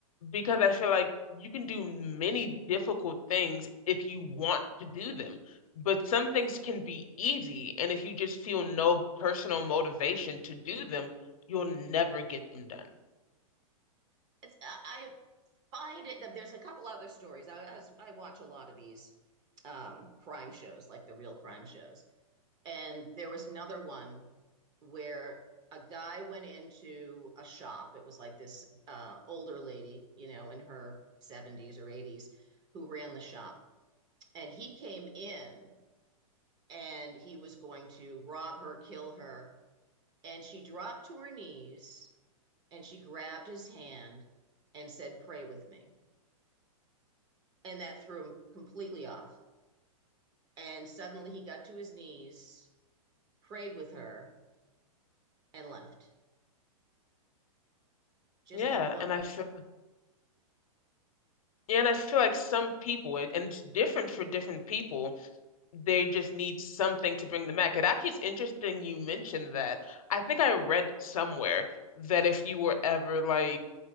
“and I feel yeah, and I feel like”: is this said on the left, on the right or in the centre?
Left